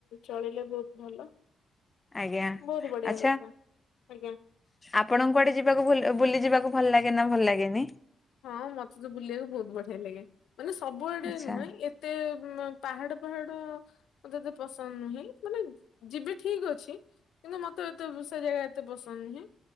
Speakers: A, on the left (about 80°); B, on the left (about 20°).
A: ଚଳିଲେ ବହୁତ ଭଲ।
B: ଆଜ୍ଞା
A: ବହୁତ ବଢିଆ
B: ଆଛା
A: କଥା ଆଜ୍ଞା।
B: ଆପଣ କୁଆଡେ ଯିବାକୁ ଭୁଲ ବୁଲି ଯିବାକୁ ଭଲ ଲାଗେ ନା ଭଲ ଲାଗେନି?
A: ହଁ ମତେ ତ ବୁଲିବାକୁ ବହୁତ ବଢିଆ ଲାଗେ । ମାନେ ସବୁଆଡେ
B: ଆଚ୍ଛା
A: ନୁହଁ, ଏତେ ପାହାଡ ପାହାଡ ମତେ ଏତେ ପସନ୍ଦ ନୁହେଁ, ମାନେ ଯିବି ଠିକ ଅଛି, କିନ୍ତୁ ମତେ ଏତେ ସେ ଜାଗା ଏତେ ପସନ୍ଦ ନୁହେଁ,